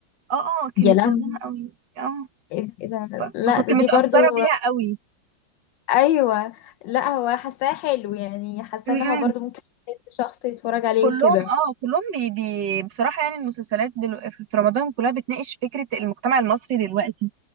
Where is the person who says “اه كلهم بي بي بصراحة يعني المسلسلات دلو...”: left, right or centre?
Right